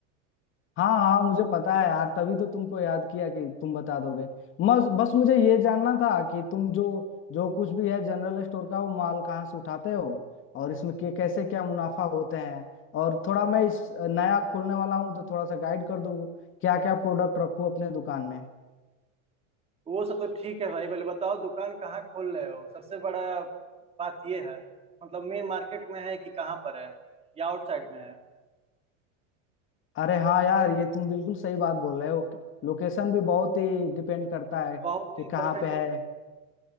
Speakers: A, on the left; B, on the right.
A: हाँ हाँ मुझे पता है यार तभी तो तुमको याद किया कि तुम बता दोगे बस बस मुझे ये जानना था कि तुम जो जो कुछ भी है जनरल स्टोर का वो माल कहाँ से उठाते हो और इसमें के, कैसे क्या मुनाफा होते हैं और थोड़ा मैं इस नया खोलने वाला हूँ तो थोड़ा सा गाइड कर दो क्या क्या प्रोडक्ट रखूँ अपने दुकान में
B: वो सब तो ठीक है भाई पहले बताओ दुकान कहाँ खोल रहे हो सबसे बड़ा बात ये है मतलब मेन मार्केट में है कि कहाँ पर है या आउटसाइड में है
A: अरे हाँ यार ये तुम बिल्कुल सही बात बोल रहे हो लोकेशन भी बहुत ही डिपेंड करता है
B: बहुत
A: कि
B: इंपॉर्टेंट
A: कहाँ पे है